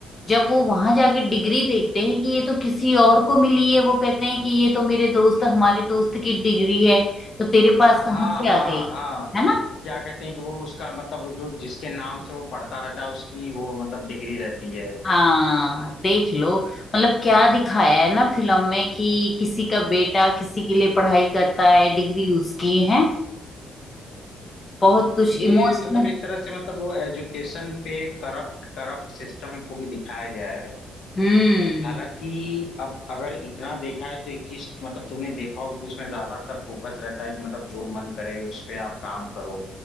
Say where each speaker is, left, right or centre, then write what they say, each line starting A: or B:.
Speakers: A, on the left (about 30°); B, on the left (about 65°).
A: जब वो वहां जाके डिग्री देखते हैं कि ये तो किसी और को मिली है वो कहते हैं कि ये तो मेरे दोस्त हमारे दोस्त की डिग्री है तो तेरे पास
B: हाँ
A: कहाँ से
B: हाँ
A: आ गई
B: हाँ
A: है ना
B: क्या कहते हैं कि वो उसका मतलब जो जिसके नाम से वो पढ़ता रहता है उसकी वो मतलब डिग्री रहती है
A: हाँ देख लो मतलब क्या दिखाया है ना फिल्म में कि किसी का बेटा किसी के लिए पढ़ाई करता है डिग्री उसकी है बहुत कुछ
B: ये
A: इमोशनल
B: मतलब एक तरह से मतलब वो एजुकेशन पे करप्ट करप्ट सिस्टम को भी दिखाया गया है
A: हम्म
B: हालांकि अब अगर इतना देखा है तो एक चीज मतलब तुमने देखा होगा कि उसमें ज्यादातर फोकस रहता है कि मतलब जो मन करे उस पे आप काम करो